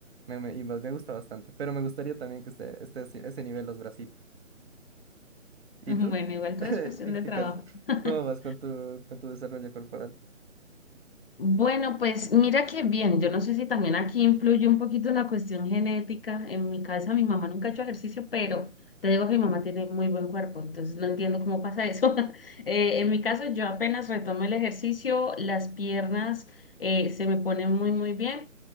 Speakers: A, on the right; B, on the left.
A: me, me- y me me gusta bastante, pero me gustaría también que esté, esté así- a ese nivel los bracitos. ¿Y
B: Bueno,
A: tú?
B: igual
A: <laughs>
B: todo
A: ¿En
B: es cuestión de
A: qué
B: trabajo.
A: caso?
B: <laughs>
A: ¿Cómo vas con tu, con tu desarrollo corporal?
B: Bueno, pues mira que bien, yo no sé si también aquí influye un poquito la cuestión genética. En mi casa mi mamá nunca ha hecho ejercicio, pero te digo que mi mamá tiene muy buen cuerpo, entonces no entiendo cómo pasa eso. <laughs> Eh, en mi caso yo apenas retomo el ejercicio, las piernas eh, se me ponen muy, muy bien.